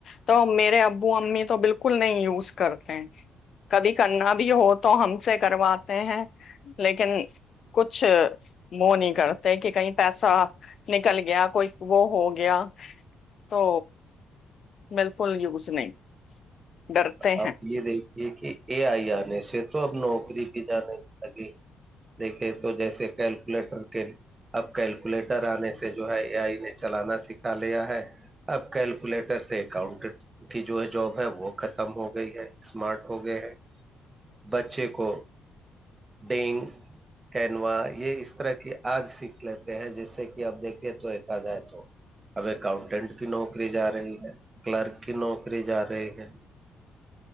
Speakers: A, on the left; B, on the right.
A: تو میرے ابو امی تو بالکل نہیں یوز کرتے ہیں کبھی کرنا بھی ہو تو ہم سے کرواتے ہیں لیکن کچھ وہ نہیں کرتے کہ کہیں پیسہ نکل گیا کوئی وہ ہو گیا تو بالکل یوز نہیں ڈرتے
B: آپ یہ دیکھیے کہ اے آئی آنے سے تو ا نوک بھی جانے لگے دیکھے تو جیسے کیلکولیٹر کے اب کیلک لیٹر
A: ہیں
B: آنے سے جو ہے اے آئی نے چلانا سکھا لیا ہے اب کیلکولیٹر سے اکاؤنٹر کی جو جاب ہے وہ ختر م ہو گئی ہے اسمارٹ ہو گئے ہے بچے کو ڈگ کینوا یہ اس طرح کی آج سیکھ لیتے ہیں جیسے کہ اب دیکھیے تو ایکا جائے تو اب اکاؤنٹینٹ کی نوکری جا رہی ہے کلرک کی نوکری جا رہی ہے